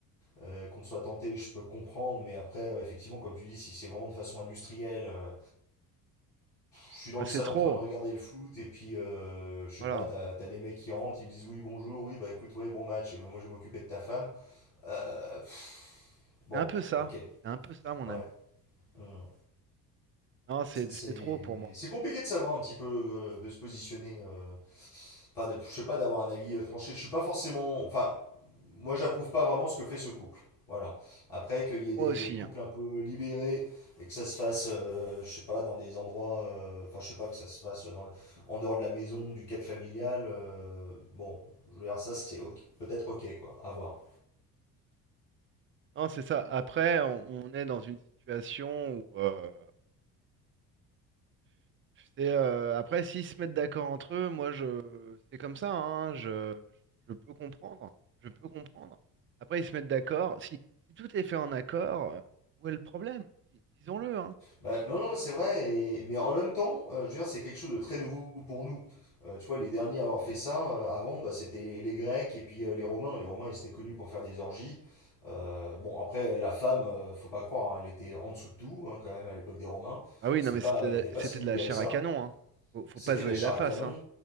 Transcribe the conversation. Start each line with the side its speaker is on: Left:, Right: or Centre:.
Left: euh, qu'on soit tenté, je peux comprendre, mais après, euh, effectivement, comme tu dis, si c'est vraiment de façon industrielle, euh, je suis dans
Right: Ah,
Left: le
Right: c'est
Left: salon
Right: trop.
Left: en train de regarder le foot, et puis, euh, je sais
Right: Voilà.
Left: pas, t'as, t'as des mecs qui rentrent, ils me disent oui, bonjour, oui, bah écoute, ouais, bon match, et ben, moi je vais m'occuper de ta femme. Euh, pff, bon,
Right: C'est un peu ça.
Left: ok,
Right: C'est un peu ça, mon
Left: ouais.
Right: ami.
Left: hum.
Right: Non, c'est
Left: C'est
Right: c'est trop pour moi.
Left: c'est compliqué de savoir un petit peu euh, de se positionner. euh, Enfin, de- je sais pas, d'avoir un avis euh, tranché. Je suis pas forcément. Enfin, moi, j'approuve pas vraiment ce que fait ce couple. Voilà. Après, qu'il y ait des
Right: Moi aussi.
Left: couples
Right: hein.
Left: un peu libérés et que ça se fasse, euh, je sais pas, dans des endroits. euh, Enfin, je sais pas, que ça se fasse dans- en dehors de la maison, du cadre familial. euh, bon, je veux dire, ça, c'est ok- peut-être ok, quoi. À voir.
Right: Non, c'est ça. Après, on, on est dans une situation où euh, c'est euh, après s'ils se mettent d'accord entre eux, moi je c'est comme ça. hein, je, je peux comprendre. Je peux comprendre. Après, ils se mettent d'accord. Si, si tout est fait en accord, euh, où est le problème? Dis- Disons-le. hein.
Left: Bah, non,
Right: Où-
Left: non, c'est vrai, et- mais en même temps, euh, je veux dire, c'est quelque chose de très nouveau pour nous. Euh, tu vois, les derniers à avoir fait ça, euh, avant, bah, c'était les Grecs et puis euh, les Romains. Les Romains, ils étaient connus pour faire des orgies. Euh, bon, après, la femme, euh, faut pas croire, hein, elle était en dessous de tout, hein, quand même, à l'époque des Romains.
Right: Ah oui,
Left: C'était
Right: non, mais
Left: pas,
Right: c'était
Left: elle n'était pas
Right: c'était
Left: si libérée
Right: de la chair
Left: que ça.
Right: à canon. Hein. Faut, faut
Left: C'était
Right: pas se voiler
Left: de la chair
Right: la
Left: à
Right: face.
Left: canon,
Right: hein.